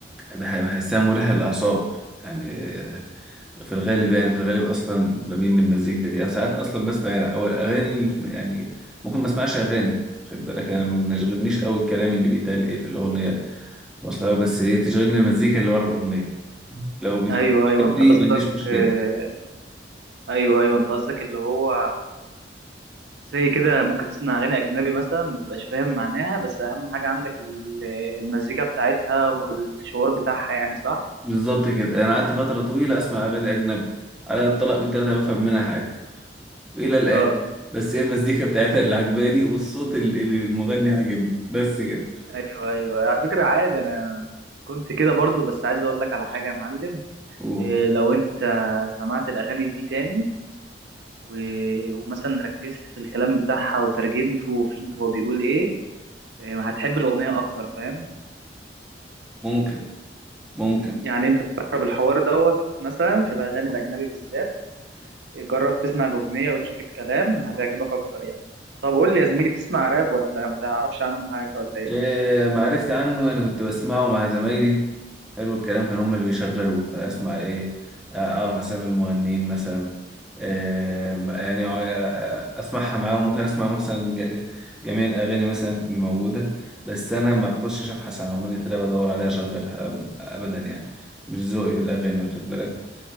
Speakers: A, in the centre; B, on the right.
A: بح- بحسها مريحه للاعصاب يعني آه، في الغالب يعني في الغالب اصلا بميل للمزيكا دي او ساعات اصلا بسمع يعني، او الاغاني اللي في يعني ممكن ما اسمعش اغاني واخد بالك انا ما يشغلنيش قوي الكلام اللي بيتقال ايه في الاغنيه وصلها بس ايه تشغلني المزيكا اللي ورا الاغنيه لو بتحبني
B: ايوه ايوه انت قصدك
A: ما عنديش مشكله
B: آه، ايوه ايوه انت قصدك اللي هو زي كده ممكن تسمع اغاني اجنبي مثلا ما تبقاش فاهم معناها بس اهم حاجه عندك ال- المزيكا بتاعتها والشعور بتاعها يعني صح
A: بالظبط كده انا قعدت فتره طويله اسمع اغاني اجنبي على الطلاق بالتلاته بفهم منها حاجه الى الان
B: اه
A: بس هي المزيكا بتاعتها اللي عجباني والصوت اللي اللي المغني عاجبني بس كده
B: ايوه ايوه على فكره عادي انا كنت كده برضو بس عايز اقول لك على حاجه يا معلم
A: أوه.
B: إيه لو انت سمعت الاغاني دي تاني و... ومثلا ركزت في الكلام بتاعها وترجمته وفهمت هو بيقول ايه إيه، هتحب الاغنيه اكتر فاهم
A: ممكن ممكن
B: يعني انت بتقرب الحوار دوت مثلا في الاغاني الاجنبي بالذات جرب تسمع الأغنية وتشوف الكلام هتعجبك أكتر يعني طب قول لي يا زميلي بتسمع راب ولا ما تعرفش عنه حاجة ولا إيه
A: إيه معرفت عنه يعني كنت بسمعه مع زمايلي حلو الكلام كان هم اللي بيشغلوه فاسمع ايه آه، اعرف اسامي المغنيين مثلا إيه يعني آه، اسمعها معاهم ممكن اسمع مثلا ج- جميع الاغاني مثلا الموجوده بس انا ما بخشش ابحث عن اغنيه راب ادور عليها اشغلها ابدا يعني مش ذوقي في الاغاني واخد بالك